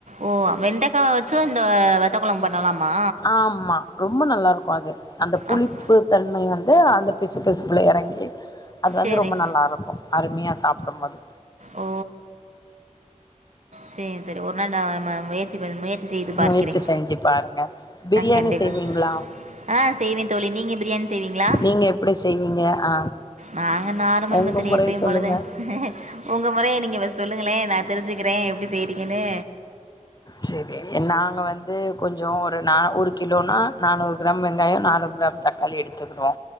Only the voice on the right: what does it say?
ஓ வெண்டக்கா வெச்சு இந்த வத்த கொழம்ப் பண்ணலாமா
அப்
சரி
ஓ சேர் சேரி ஒரு நாள் நா ம முயற்சி ப முயற் சி செய்து பார்க்கிறேன்
கண்டிப்பா
ஆ செய்வே தோழி நீங்க பிரியாணி செய்வீங்ளா
நாங்க நார்மல்
மெத்தடு
எப்பயும்
போல தா உங்க முறைய நீங்க ஃபஸ் சொல்லுங்களே நா தெரிஞ்சுக்கிறே எப்டி செய்றீங்கனு